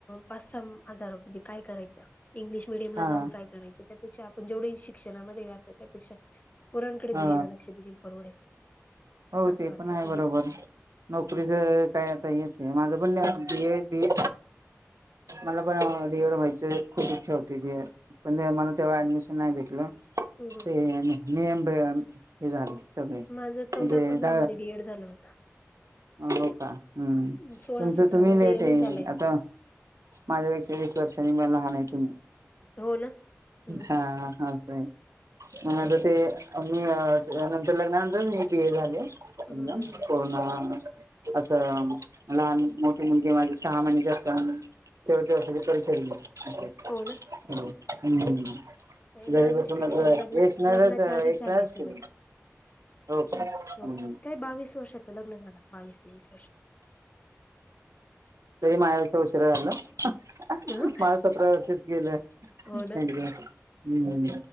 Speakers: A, on the left; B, on the right.
A: पाच सहा हजार मध्ये काय करायचं इंग्लिश मिीडियम ला
B: हा
A: जाऊन काय करायचं त्यापेक्षा आपण जेवढे शिक्षणामध्ये घातलं त्यापेक्षा पोरांकडे दिलेल
B: हा
A: लक्ष दिलेल परवडेल
B: हो
A: असं
B: ते
A: वाटतं
B: पण आहे
A: कधी
B: बरोबर नोकरीच काय आताच आहे माझ बोल बीए बीए मला पण डी एड व्हायच खूप इच्छा होती. डीड पण मला तेव्हा ऍडमिशन नाही भेटलं
A: हं हं
B: ते नियम हे झाले सगळे म्हणजे
A: माझं चौदा पंधरा
B: द
A: मध्ये डीएड झालं होत
B: हो का हम्म
A: सोळा
B: तुमचं
A: सतरा
B: तुम्ही
A: मध्ये
B: लेट
A: एम
B: आहे
A: ए झालंय
B: आता माझ्यापेक्षा वीस वर्षांनी मला त
A: हो ना हम्म
B: हा ह आहे ंतर ते मी नंतर लग्नानंतर मी बी ए झाले
A: हम्म
B: कोरोना असं लहान मोठे मुलगे माझे सहा महिने जास्त तेव्हा तेवसाठी कर शले
A: हो ना
B: ह्
A: नाही
B: घरी
A: माझं
B: बसून
A: शिक्षण
B: मात
A: लग्न
B: येश नाहीच
A: लग्नाच्या
B: एश
A: आधीच झालंय
B: नाहीच
A: सगळं
B: क हो काम
A: हो काय बावीस वर्षात लग्न झालं बावीस तेवीस वर्ष
B: तरी उशिरा झाले
A: हं
B: माझ सतरा वर्षच गेलं एक
A: हो ना
B: हम्